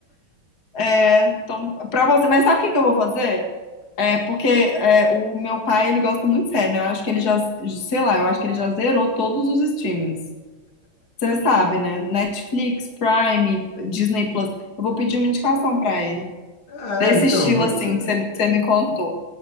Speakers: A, on the left; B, on the left.
A: né? Então, para você. Mas sabe o que que eu vou fazer? É porque é, o meu pai, ele gosta muito de série, né? Eu acho que ele já, sei lá, eu acho que ele já zerou todos os streamings. Você sabe, né? Netflix, Prime, Disney Plus. Eu vou pedir uma indicação para ele,
B: Ah,
A: desse
B: é, então,
A: estilo
B: pode
A: assim
B: ser.
A: que você que você me contou.